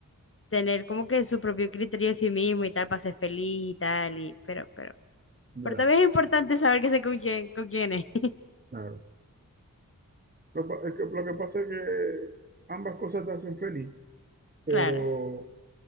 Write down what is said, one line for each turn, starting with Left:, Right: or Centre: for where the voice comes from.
Left: tener como que su propio criterio de sí mismo y tal para ser feliz y tal, y, pero, pero,
Right: ya,
Left: pero también es importante saber que sé con quién, con quién es. <laughs>
Right: claro. Lo, pa- es que, lo que pasa es que ambas cosas te hacen feliz, pero,
Left: Claro,